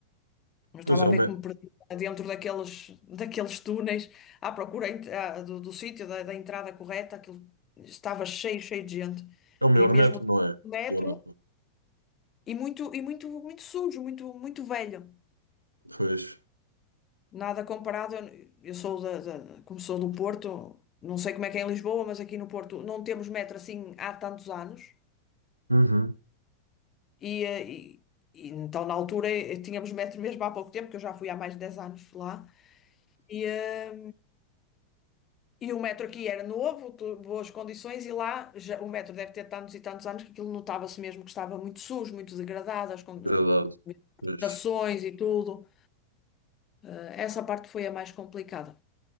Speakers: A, on the left; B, on the right.
A: Não estava
B: Pois é,
A: a
B: o,
A: ver
B: me-
A: que me perdi dentro daqueles, daqueles túneis à procura ent- ah, do, do sítio, da, da entrada correta. Aquilo estava cheio, cheio de gente.
B: é o maior
A: E mesmo
B: metro, não é?
A: o metro,
B: Da Europa.
A: e muito, e muito, muito sujo, muito, muito velho.
B: Pois.
A: Nada comparado. Eu, eu sou da, da, como sou do Porto, não sei como é que é em Lisboa, mas aqui no Porto não temos metro assim há tantos anos.
B: Uhum.
A: E, eh, e- e então, na altura, eh, tínhamos metro mesmo há pouco tempo, que eu já fui há mais de 10 anos lá. E, eh, E o metro aqui era novo, tu- boas condições, e lá já- o metro deve ter tantos e tantos anos que aquilo notava-se mesmo que estava muito sujo, muito degradado, as con-
B: Degradado.
A: eh,
B: Pois.
A: estações e tudo. Eh, essa parte foi a mais complicada.